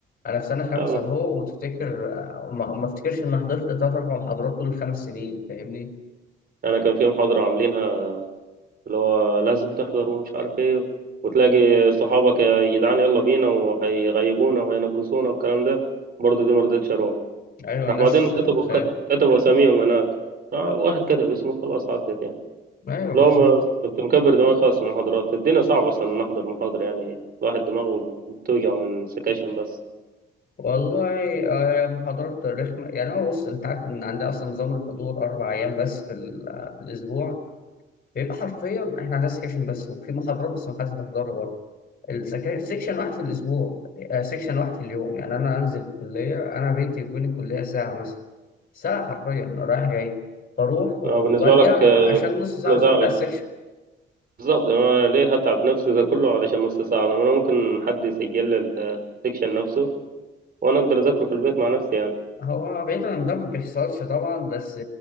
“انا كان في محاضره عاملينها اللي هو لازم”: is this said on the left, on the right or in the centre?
Right